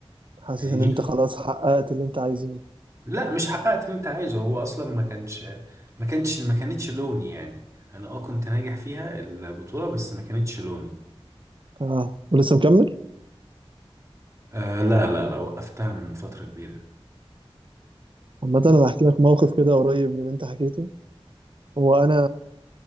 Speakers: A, on the right; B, on the right.
A: حاسس
B: يعني
A: ان
B: دي
A: انت
B: كان...
A: خلاص حققت اللي انت عايزه ايه
B: لا مش حققت اللي انت عايزه هو اصلا ما كانش ما كانش ما كانتش لوني يعني انا اه كنت ناجح فيها البطولة بس ما كانتش لوني
A: اه ولسه مكمل
B: آه لا لا لا وقفتها من فترة كبيرة
A: عامة انا هحكي لك موقف كده قريب من اللي انت حكيته هو انا